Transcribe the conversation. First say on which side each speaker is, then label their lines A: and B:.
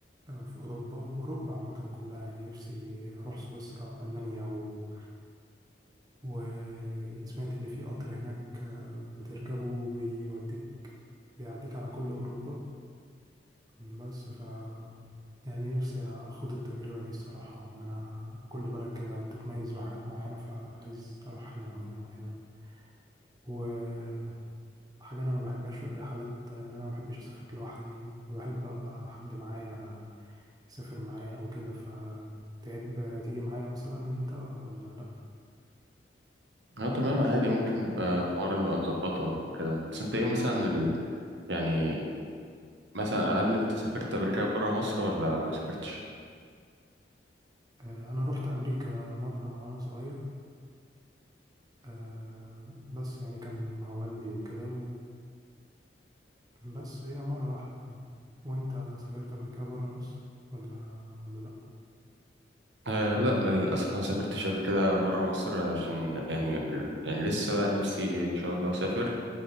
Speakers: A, on the right; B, on the right.
A: آه، في أوروبا وأوروبا عامة كلها يعني نفسي أروح سويسرا وألمانيا و... وسمعت إن في قطر هناك آه، بتركبه وبيوديك بيعديك على كل أوروبا بس ف يعني نفسي أخوض التجربة دي الصراحة وإن أنا كل بلد كده بتتميز بحاجات معينة فعايز أروح هنا وهنا وهنا وحاجة أنا ما بحبهاش في الرحلات إن أنا ما بحبش أسافر لوحدي يعني بحب أبقى حد معايا يسافر معايا أو كده فتحب تيجي معايا مثلا أنت ولا لأ
B: اه تمام عادي ممكن نبقى في مرة نبقى نظبطها وكده بس انت ايه مثلا ال... يعني مثلا هل انت سافرت قبل كده بره مصر ولا ما سافرتش؟
A: آه، أنا روحت أمريكا مرة وأنا صغير آه، بس يعني كان مع والدي وكده وبس هي مرة واحدة يعني وأنت سافرت قبل كده برا مصر ولا ولا لأ
B: آه لا للأسف ما سافرتش قبل كده بره مصر عشان يعني يعني لسه بقى نفسي إن شاء الله أسافر